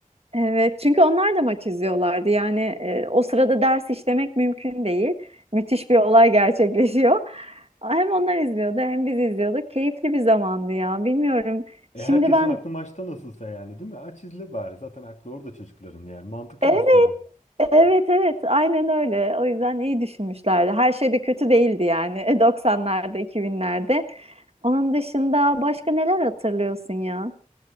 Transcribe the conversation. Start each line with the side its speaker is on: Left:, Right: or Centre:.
Right: Evet, çünkü onlar da maç izliyorlardı. Yani e, o sırada ders işlemek mümkün değil. Müthiş bir olay gerçekleşiyor. Hem onlar izliyordu hem biz izliyorduk. Keyifli bir zamandı ya. Bilmiyorum.
Left: E,
Right: Şimdi
Left: herkesin
Right: ben
Left: aklı maçta nasılsa yani değil mi? Aç izle bari. Zaten aklı orada çocukların yani. Mantıklı
Right: evet,
Left: aslında.
Right: evet, evet. Aynen öyle. O yüzden iyi düşünmüşlerdi. Her şey de kötü değildi yani. <laughs> 90'larda, 2000'lerde. Onun dışında başka neler hatırlıyorsun ya?